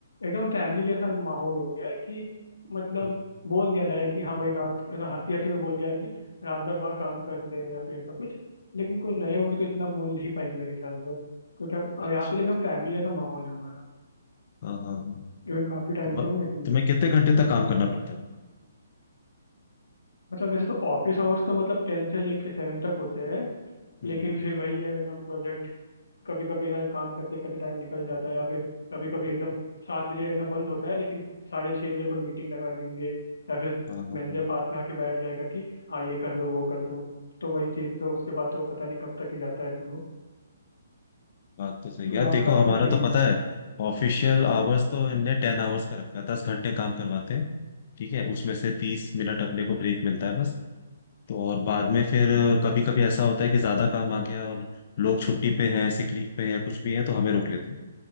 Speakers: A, on the left; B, on the left.
A: एकदम फैमिली जैसा माहौल हो गया है कि मतलब
B: हम्म,
A: बोल दिया डायरेक्ट कि हाँ भाई रात है ना हंसी हंसी में बोल दिया कि रात भर बाहर काम कर ले या फिर ऐसा कुछ लेकिन
B: हम्म,
A: कोई नए होंगे तो इतना बोल नहीं पाएंगे मेरे ख्याल से क्योंकि अब अब
B: अच्छा
A: यहाँ पे तो एकदम फैमिली जैसा माहौल है हमारा
B: हाँ हाँ हम्म।
A: क्योंकि काफ़ी टाइम
B: तो
A: से
B: ब-
A: हूँ ना इसलिए
B: तुम्हें कितने घंटे तक काम करना पड़ता है
A: मतलब वैसे तो ऑफिस आवर्स तो मतलब टेन से लेके सेवन तक होते हैं
B: हम्म
A: लेकिन
B: हम्म,
A: फिर वही है ना प्रोजेक्ट कभी कभी है ना काम करते करते टाइम निकल जाता है या फिर कभी कभी एकदम सात बजे है ना बंद होता है लेकिन साढ़े छः बजे कोई मीटिंग लगा देंगे या फिर
B: हाँ हाँ
A: मैनेजर
B: हाँ
A: पास में आके बैठ जाएगा कि हाँ ये कर दो वो कर दो तो वही चीज़ है, तो उसके बाद तो पता नहीं कब तक ही जाता है फिर वो
B: बात तो सही
A: तो
B: यार देखो
A: आपका
B: हमारा
A: क्या सीन
B: तो
A: है
B: पता है ऑफिशियल आवर्स तो इनने टेन आवर्स का रखा है दस घंटे काम करवाते हैं ठीक है उसमें से तीस मिनट अपने को ब्रेक मिलता है बस तो और बाद में फिर कभी कभी ऐसा होता है कि ज्यादा काम आ गया और लोग छुट्टी पे हैं सिक लीव पे हैं या कुछ भी है तो हमें रोक लेते हैं